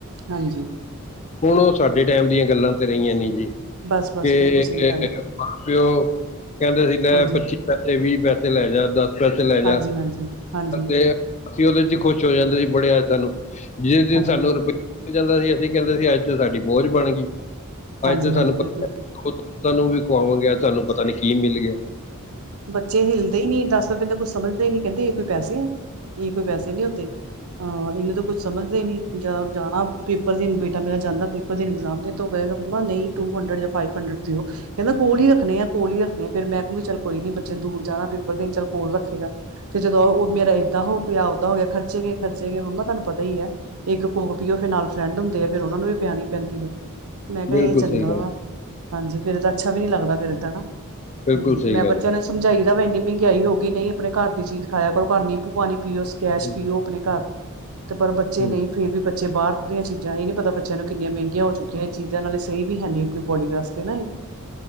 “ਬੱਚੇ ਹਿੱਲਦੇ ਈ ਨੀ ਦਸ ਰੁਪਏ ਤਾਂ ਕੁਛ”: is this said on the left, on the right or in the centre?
Right